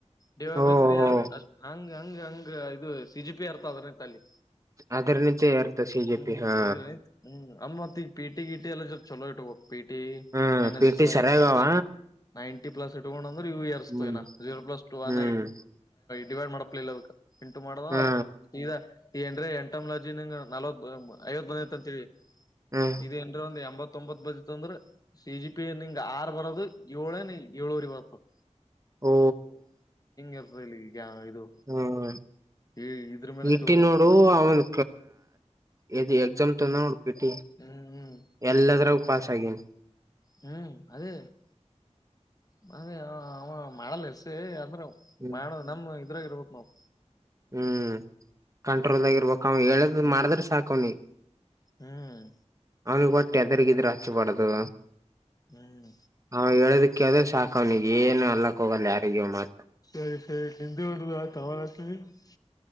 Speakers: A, on the left; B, on the right.
A: ಡಿವೈಡೆಡ್
B: ಓಹೋ
A: ಬೈ ತ್ರಿ ಆದ್ರ ಹಂಗ ಹಂಗ ಹಂಗ ಇದು ತಿಜುಪಿ ಅರ್ತ ಆದ್ರ ತಲ್ಲಿ
B: ಅದ್ರಲಿಂತ ಇರ್ತ ಸಿ ಜೆ
A: ಹ್
B: ಪಿ ಹಾ
A: ಇದ್ರೆ ಹುಂ ಅಮ್ ಮತ್ ಈಗ ಪಿಟಿ ಇ ಟಿ ಎಲ್ಲ ಚೊಲೋ ಇಟಗೋ ಪಿ ಟಿ
B: ಹ್ಮ್
A: N
B: P
A: S S
B: T ಸರಿಯಾಗವ
A: S ನೈಂಟಿ ಪ್ಲಸ್ ಇಟ್ಕೊಂಡಂದ್ರ ಇವು ಏರಸ್ತಿವ
B: ಹ್ಮ್
A: ಇವ್ ಜೀರೋ ಪ್ಲಸ್ ಟೂ ಒನ್
B: ಹ್ಮ್
A: ಡಿವೈಡ್ ಮಾಡಪ್ಲೆ ಇಲ್ಲ ಅದಕ ಇಂಟು ಮಾಡದ
B: ಹಾ
A: ಈ ಏನ್ರ ಎಂಟ್ ನಲ್ವತ್ ಐವತ್ ಬಂದೈತಿ ಅಂತ ತಿಳಿ
B: ಹ್ಮ್
A: ಇದೇ ಎಂಬತ್ತೊಂಬತ್ ಬದತ್ಂದ್ರ ಸಿ ಜಿ ಪಿ ನಿಂಗ ಆರ್ ಬರೋದು ಏಳ ಏಳುವರಿ ಬರ್ತದಾ
B: ಓ
A: ಇರ್ತದ ಇಲ್ಲಿ ಇದು
B: ಹುಂ
A: ಈ ಇದ್ರ ಮೇಲೆ
B: ಇಟ್ಟಿ
A: ತಿಳ್ಕೋಬೇಕು
B: ನೋಡು ಅವನ್ ಎ ಎಕ್ಸಾಮ್ ತನ ನೋಡ ಟಿ
A: ಹ್ಮ್ ಹ್ಮ್
B: ಎಲ್ಲದರು ಪಾಸ್ ಆಗನಿ.
A: ಹ್ಮ್ ಅದೇ ಮ ಅವ ಮಾಡಲ್ ಇರ್ಸಿ ಅಂದ್ರ.
B: ಹ್ಮ್
A: ಮಾಡ ನಮ ಇದ್ರಾಗ ಇರ್ಬೇಕ ನಾವು.
B: ಹ್ಮ್ ಕಂಟ್ರೋಲ್ದಾಗಿ ಇರ್ಬೇಕ ಅವ ಹೇಳದ ಮಾಡಿದ್ರೆ ಸಾಕವನಿಗೆ.
A: ಹ್ಮ್
B: ಅವ್ನಿಗೆ ಒಟ್ಟು ಎದರ್ಗಿದ್ರರು ಹಚ್ಚಬಾರ್ದದು
A: ಹ್ಮ್
B: ಹ ಹೇಳೋದಕ್ಕೆ ಕೇಳಿದ್ರೆ ಸಾಕ ಅವ್ನಿಗೆ ಏನು ಅನೋಕ್ಕ ಹೋಗಲ್ಲ ಯಾರಿಗೂ ಮಾ
A: ಸರಿ ಸರಿ <unintelligible> ತಮರಾ <unintelligible>